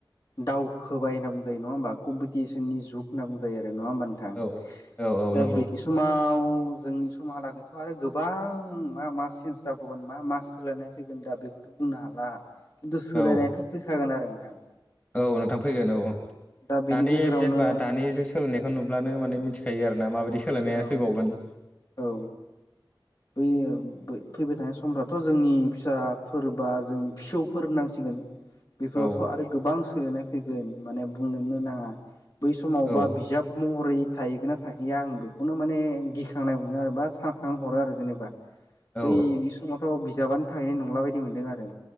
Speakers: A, on the left; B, on the left.
A: दावखोबाय होनना बुंजायो नङा होमबा कम्पिटिसननि जुग जुग होनना बुंजायो आरो नङा होमबा नोंथां
B: औ औ औ
A: दा
B: नंगौ
A: बिदि समाव जोंनि समहालागैथ' आरो गोबां मा मा चेन्ज जाबावगोन मा मा सोलायनाय फैगोन दा बेखौथ' बुंनो हाला खिन्थु सोलायनायाथ'
B: औ
A: फैखागोन आरो नोंथां
B: औ नोंथां फैगोन औ
A: दा बेनि
B: दानि
A: गेजेरावनो
B: जेनेबा दानि जु सोलोंनायखौ नुब्लानो माने मिथि खायो आरोना माबायदि सोलायनाया
A: औ
B: फैबावगोन
A: औ बै ब फैबाय थानाय समफ्राथ' जोंनि फिसाफोर बा जोंनि फिसौफोर होनांसिगोन बेफोरावथ'
B: औ
A: आरो गोबां सोलायनाय फोगोन माने बुंनोनो नाङा बै समाव
B: औ
A: बा बिजाब महरै थाहैगोन ना थाहैया आं बेखौनो माने गिखांनाय मोनो आरो बा सानखां हरो आरो जेनेबा
B: औ
A: बै समावथ' बिजाबानो थाहैनाय नंला बायदि मोनदों आरो